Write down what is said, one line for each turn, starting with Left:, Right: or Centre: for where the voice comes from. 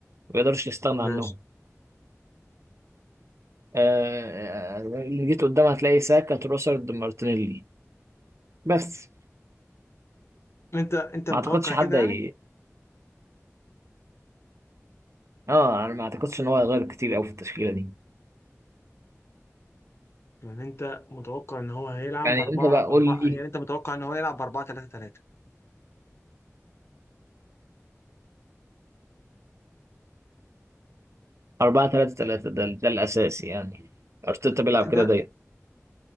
Right: ما يقدرش يستغنى
Left: ماشي
Right: عنهم آه، آه، اللي جيت قدام هتلاقي ساكا تروسرد مارتينيلي بس
Left: انت انت
Right: ما
Left: متوقع
Right: اعتقدش حد
Left: كده يعني
Right: هي... اه انا ما اعتقدش ان هو هيغير كتير قوي في التشكيله دي
Left: يعني انت متوقع ان هو هيلعب
Right: يعني
Left: باربعة
Right: انت بقى قول
Left: اربعة
Right: لي
Left: يعني انت متوقع ان هو يلعب باربعة ثلاثة ثلاثة
Right: 4 3 3 ده ده الاساسي يعني ارتيتا بيلعب كده
Left: ده
Right: دايما